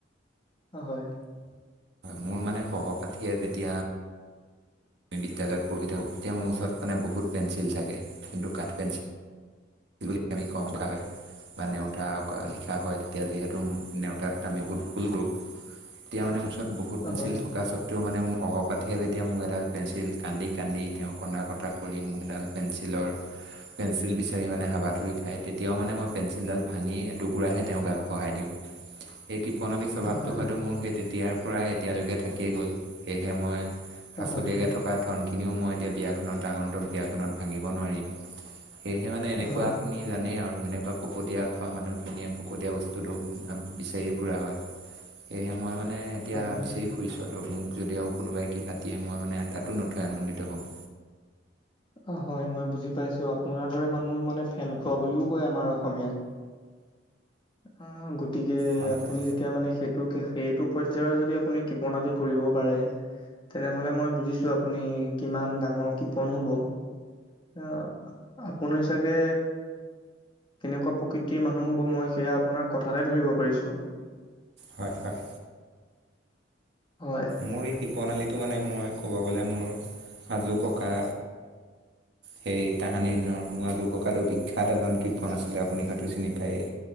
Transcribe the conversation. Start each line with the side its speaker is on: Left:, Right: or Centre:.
Left: হয়।
Right: মোৰ মানে সহপাঠীয়ে যেতিয়া আমি বিদ্যালয়ত পঢ়ি থাকোঁ, এতিয়া মোৰ ওচৰত মানে বহুত পেঞ্চিল থাকে কিন্তু কাঠ পেঞ্চিল বুলি আমি
Left: উম।
Right: কওঁ থকা হয়। বা নেওতা লিখা হয়, তেতিয়া যিহেতু নেওতাত আমি বহুত ভুল কৰোঁ। তেতিয়া মানে ওচৰত বহুত
Left: হয়
Right: পেঞ্চিল
Left: হয়
Right: থকাত টো মানে মোৰ সহপাঠীয়ে যেতিয়া মোক এডাল পেঞ্চিল কান্দি কান্দি তেওঁ কন্দা কটা কৰি মোক এডাল পেঞ্চিল ৰ <unintelligible> পেঞ্চিল বিচাৰি মানে হাবাথুৰি খাই তেতিয়াও মানে মই পেঞ্চিলডাল ভাঙি টুকুৰা হে তেওঁৰ গাঁত ঘঁহাই দিওঁ।
Left: <unintelligible>
Right: কৃপনালী স্বভাৱটো
Left: হয়
Right: হয়তো মোৰ সেই তেতিয়াৰ পৰাই এতিয়ালৈকে থাকিয়ে গল। সেয়েহে মই সাঁচতীয়াকৈ
Left: হয়
Right: থকা ধনখিনিও মই এতিয়া বিয়াখনত আগন্তুক বিয়াখনত ভাঙিব নোৱাৰিম। সেয়েহে মানে এনেকুৱা
Left: হয়
Right: আপুনি জানেই আৰু এনেকুৱা পকতীয়া খোৱা মানুহখিনিয়ে পকতীয়া বস্তুটো বিচাৰিয়ে ফুৰা হয়। সেয়ে মই মানে এতিয়া
Left: হয়
Right: বিচাৰি ফুৰিছোঁ আৰু মোক যদি আৰু কোনোবাই কিবা দিয়ে মই মানে তাতো নথৈ আনন্দিত হম।
Left: অহ, হয় মই বুজি পাইছো আপোনাৰ দৰে মানুহক মানে ফেন খোৱা বুলিও কয় আমাৰ অসমীয়াত। অহ, গতিকে
Right: হয়
Left: আপুনি
Right: হয়
Left: যেতিয়া মানে সেইটো সেইটো পৰ্য্যায়ৰ যদি আপুনি কৃপনালী কৰিব পাৰে, তেনেহলে মই বুজিছো আপুনি কিমান ডাঙৰ কৃপন হব। অহ, আপুনি চাগে কেনেকুৱা প্ৰকৃতিৰ মানুহ হ'ব মই সেয়া আপোনাৰ কথাতে ধৰিব পাৰিছোঁ।
Right: হয়- হয়
Left: হয়
Right: মোৰ এই কৃপনালীটো মানে মই ক'ব গ'লে মোৰ আজো ককা,
Left: <inaudible>
Right: সেই তাহানি দিনৰ মোৰ আজু ককাটো বিখ্যাত এজন কৃপন আছিলে আপুনি হয়তো চিনি পায়েই।